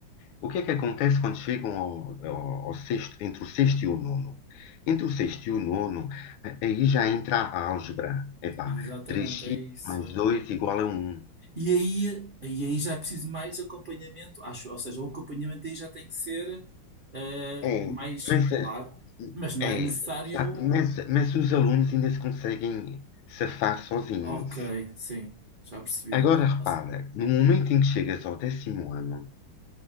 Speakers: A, on the left; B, on the right.
A: o que é que acontece quando chegam ao, ao- ao sexto, entre o sexto e o nono? Entre o sexto e o nono, a- aí já entra a álgebra. Epá,
B: Exatamente,
A: 3x
B: é isso.
A: mais
B: É.
A: 2 igual a um
B: E aí, e aí já é preciso mais acompanhamento, acho, ou seja, o acompanhamento aí já tem que ser eh,
A: É,
B: mais
A: mas, eh,
B: claro, mas não
A: É,
B: é necessário.
A: já- mas, mas os alunos ainda se conseguem safar sozinhos.
B: Ok, sim, já percebi.
A: Agora repara,
B: Ou se-
A: no momento em que chegas ao décimo ano,